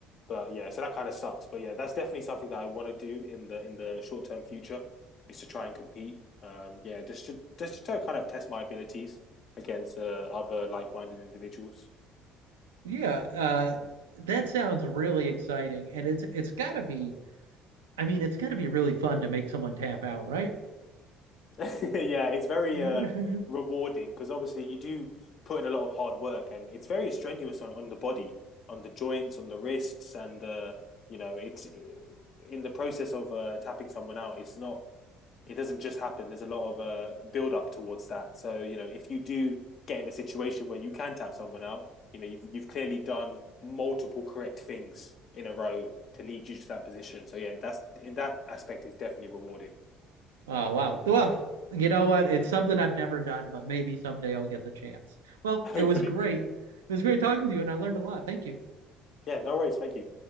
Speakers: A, on the left; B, on the right.
A: But yeah, so that kind of sucks. But yeah, that's definitely something that I want to do in the in the short term future is to try and compete. Um, yeah, just to just to kind of test my abilities against uh, other like minded individuals.
B: Yeah, uh, that sounds really exciting, and it's it's got to be. I mean, it's got to be really fun to make someone tap out, right?
A: <laughs> Yeah, it's very
B: <laughs>
A: uh, rewarding because obviously you do put in a lot of hard work and it's very strenuous on, on the body, on the joints, on the wrists, and uh, you know, it's in the process of uh, tapping someone out, it's not, it doesn't just happen. There's a lot of uh, build up towards that. So, you know, if you do get in a situation where you can tap someone out, you know, you've you've clearly done multiple correct things in a row to lead you to that position. So yeah, that's in that aspect is definitely rewarding.
B: Oh wow. Well, you know what? It's something I've never done, but maybe someday I'll get the chance. Well,
A: <laughs> Hopefully.
B: it was great. It was great talking to you, and I learned a lot. Thank you.
A: Yeah, no worries. Thank you.